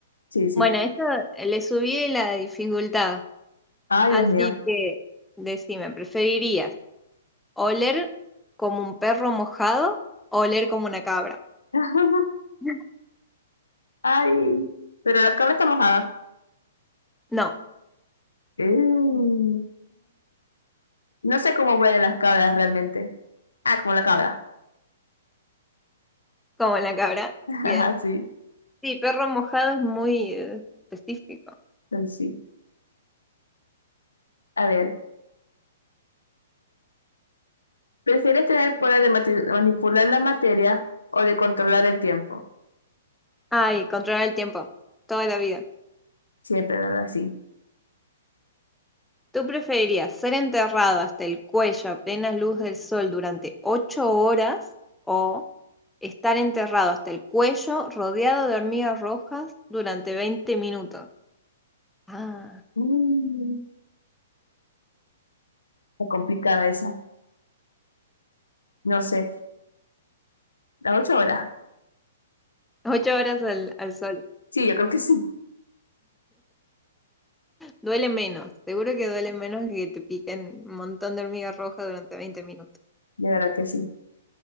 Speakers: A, on the left; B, in the centre.
A: Sí, sí.
B: Bueno, esto le subí la dificultad.
A: Ay,
B: Así
A: Dios mío.
B: que decime, ¿preferirías oler como un perro mojado o oler como una cabra?
A: <laughs>
B: <laughs>
A: Ay, pero la cabra está mojada.
B: No,
A: Eh, No sé cómo huelen las cabras realmente. Ah, como la cabra.
B: como la cabra.
A: <laughs>
B: Bien.
A: Ajá, Sí,
B: Sí, perro mojado es muy eh, específico.
A: ay, sí. A ver. ¿Prefieres tener el poder de mati- manipular la materia o de controlar el tiempo?
B: Ay, controlar el tiempo. Toda la vida.
A: Siempre, ¿verdad? Sí.
B: ¿Tú preferirías ser enterrado hasta el cuello a plena luz del sol durante ocho horas o estar enterrado hasta el cuello rodeado de hormigas rojas durante 20 minutos? Ah,
A: Mm, está complicada esa. No sé. ¿Las ocho horas?
B: ocho horas al, al sol.
A: Sí, yo creo que sí.
B: Duele menos, seguro que duele menos que te piquen un montón de hormigas rojas durante veinte minutos.
A: De verdad que sí.